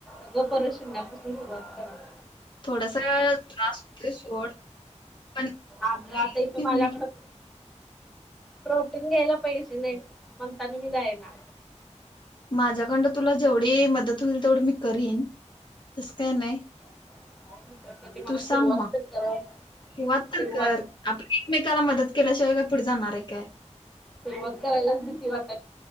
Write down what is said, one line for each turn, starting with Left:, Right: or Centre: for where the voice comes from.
Centre: अगं परत शून्यापासून सुरुवात करा.
Left: थोडासा त्रास होतोय सोड पण
Centre: आगं
Left: केलीस
Centre: आता इथं
Left: की होईल
Centre: माझ्याकडं
Left: की.
Centre: प्रोटीन घ्यायला पैसे नाहीत म्हणून तर मी जायना.
Left: माझ्याकडनं तुला जेवढी मदत होईल तेवढी मी करीन तसं काय नाय
Centre: <unintelligible>
Left: तू सांग मग
Centre: तर कराव
Left: सुरवात
Centre: सुरुवात
Left: तर कर. आपण एकमेकाला मदत केल्याशिवाय काय पुढं जाणार ये काय?
Centre: सुरुवात करायलाच भीती वाट